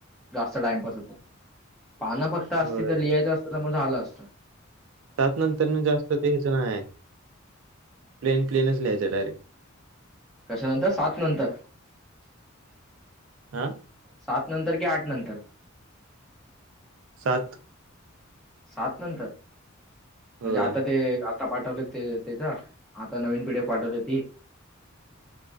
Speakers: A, in the centre; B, on the right.
A: जास्त टाइमपास होत, पानं स्पष्ट असती
B: होय
A: तर लिहायच असत तर मग आल असत.
B: सात नंतर न जास्त लेयच नाय प्लेन प्लेनच लिहायच डायरेक्ट.
A: कशा नंतर सात नंतर.
B: हा..
A: सात नंतर कि आठ नंतर.
B: सात
A: सात नंतर,
B: होय
A: म्हणजे आता ते आता पाठवले ते त्याच्या आता नवीन पिढ पाठवली ती.